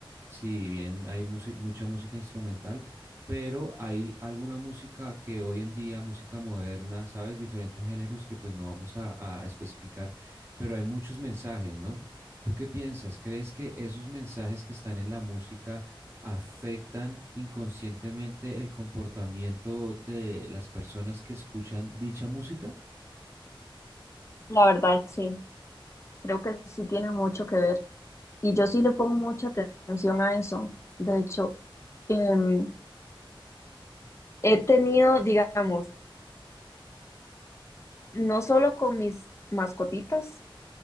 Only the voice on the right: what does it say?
si bien hay musi- mucha música instrumental, pero hay alguna música que hoy en día, música moderna, ¿sabes? Diferentes géneros que pues no vamos a, a especificar, pero hay muchos mensajes, ¿no? ¿Tú qué piensas? ¿Crees que esos mensajes que están en la música afectan inconscientemente el comportamiento de las personas que escuchan dicha música?